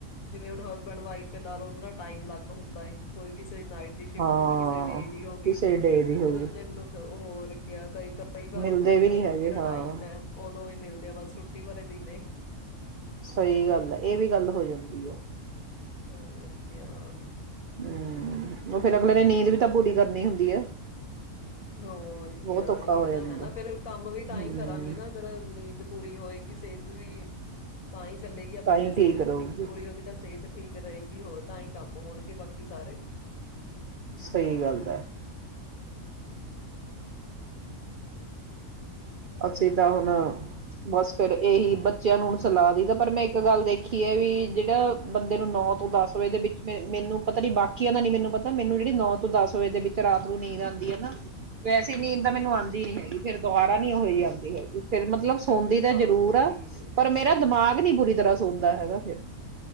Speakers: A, on the left; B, on the right.
A: ਜਿਵੇਂ ਹੁਣ ਹਸਬੈਂਡ ਵਾਈਫ ਲ ਥੋੜਾ ਟਾਈਮ ਅਲੱਗ ਹੁੰਦਾ ਹੈਏ ਕੋਈ ਕਿਸੇ ਕਿਸੇ ਨਾਈਟ ਦੀ ਸ਼ਿਫਟ
B: ਹਾਂ
A: ਹੋ ਗਈ, ਕਿਸੇ ਡੇ ਦੀ ਹੋ ਗਈ,
B: ਕਿਸੇ ਡੇ ਦੀ
A: ਇੱਕ-ਦੋ
B: ਹੋ ਗਈ
A: ਦਿਨ ਨੂੰ। ਹੋਰ ਕਈ-ਕਈ ਵਾਰ
B: ਮਿਲਦੇ
A: ਹੁੰਦਾ ਵੀ ਜਦੋਂ
B: ਨਹੀਂ ਹੈਗੇ
A: ਛੁੱਟੀ ਦਾ
B: ਹਾਂ
A: ਟਾਈਮ ਹੈ ਉਦੋਂ ਹੀ ਮਿਲਦੇ ਆ, ਬਸ ਛੁਟੀ ਵਾਲੇ ਦਿਨ ਨੇ
B: ਸਹੀ ਗੱਲ ਹੈ, ਇਹ ਵੀ ਗੱਲ ਹੋ ਜਾਂਦੀ ਹੈ।
A: ਹੋਰ ਕਿਆ
B: ਹੂੰ <inaudible> ਫਿਰ ਅਗਲੇ ਨੇ ਨੀਂਦ ਵੀ ਤਾਂ ਪੂਰੀ ਕਰਨੀ ਹੁੰਦੀ ਆ
A: ਹੋਰ ਕਿਆ
B: ਬਹੁਤ ਔਖਾ
A: ਇਹੀ
B: ਹੋ
A: ਤਾਂ
B: ਜਾਂਦਾ
A: ਹੈ ਨਾ, ਫਿਰ ਕੰਮ ਵੀ ਤਾਂ ਹੀ
B: ਹਮ
A: ਕਰਾਂਗੇ ਨਾ ਅਗਰ ਨੀਂਦ ਪੂਰੀ ਹੋਏਗੀ, ਸਿਹਤ ਵੀ ਤਾਂ ਹੀ ਚੱਲੇਗੀ। ਆਪਣੀ
B: ਤਾਂ ਹੀ
A: ਜੇ ਸਿਹਤ
B: ਠੀਕ ਰਹੂਗੀ
A: ਨੀਂਦ ਪੂਰੀ ਹੋਏਗੀ ਤਾਂ ਸਿਹਤ ਠੀਕ ਰਹੇਗੀ, ਹੋਰ ਤਾਂ ਹੀ ਕੰਮ ਹੋਣਗੇ ਬਾਕੀ ਸਾਰੇ
B: ਸਹੀ ਗੱਲ ਹੈ। ਅਸੀ ਤਾਂ ਹੁਣ ਬਸ ਫਿਰ ਇਹੀ ਬੱਚਿਆਂ ਨੂੰ ਹੁਣ ਸਲਾਹ ਦਈਦਾ ਪਰ ਮੈਂ ਇੱਕ ਗੱਲ ਦੇਖੀ ਹੈ, ਵੀ ਜਿਹੜਾ ਬੰਦੇ ਨੂੰ ਨੌ ਤੋਂ ਦਸ ਵਜੇ ਦੇ ਵਿੱਚ ਮੈਨੂੰ ਪਤਾ ਨੀ ਬਾਕੀਆਂ ਦਾ, ਨੀ ਮੈਨੂੰ ਪਤਾ ਮੈਨੂੰ ਜਿਹੜੀ ਨੌ ਤੋਂ ਦਸ ਵਜੇ ਦੇ ਵਿੱਚ ਰਾਤ ਨੂੰ ਨੀਂਦ ਆਉਂਦੀ ਹੈ ਨਾ ਵੈਸੇ ਨੀਂਦ ਤਾਂ ਮੈਨੂੰ ਆਉਂਦੀ ਨੀ ਹੈਗੀ, ਫਿਰ ਦੁਬਾਰ ਹਨੀ ਹੋ ਜਾਤੀ ਹੈ ਫਿਰ ਮਤਲਬ ਸੌਂਦੀ ਤਾਂ
A: ਹਾਂਜੀ
B: ਜ਼ਰੂਰ ਆ, ਪਰ ਮੇਰਾ ਦਿਮਾਗ ਹਨੀ, ਪੂਰੀ ਤਰ੍ਹਾਂ ਸੋਂਦਾ ਹੈਗਾ ਫਿਰ